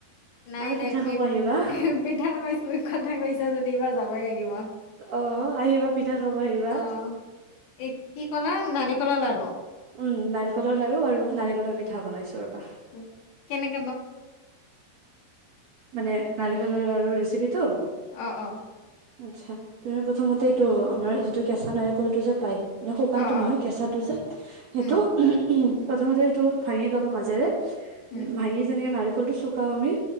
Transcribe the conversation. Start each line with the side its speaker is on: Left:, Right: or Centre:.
Left: নাই,
Right: আৰু
Left: নাই
Right: পিঠা
Left: পিপ
Right: খাব আহিবা
Left: পিঠা বনাইছোঁ কথা কৈছোঁ। তে জোন এইবাৰ যাবই লাগিব,
Right: অ আহিবা পিঠা খাব আহিবা
Left: অ' এই কি ক'লা? নাৰিকলৰ লাৰু।
Right: উম, নাৰিকলৰ লাৰু আৰু নাৰিকলৰ পিঠা বনাইছোঁ ৰ'বা।
Left: উ, কেনেক
Right: মানে নাৰিকলৰ লাৰু ৰেচিপিত তো।
Left: অ', অ।
Right: আচ্ছা তুমি প্ৰথমতে এইটো আমাৰ যিটো কেঁচা নাৰিকলটো যে, পাই মানে শুকানটো
Left: অ'
Right: নহয়,
Left: অ'
Right: কেঁচাটো যে সেইটো
Left: উম,
Right: প্ৰথমতে সেইটো ভাঙি ল'বা মাজেৰে।
Left: উম,
Right: ভাঙি নাৰিকলটো চুকাওঁ আমি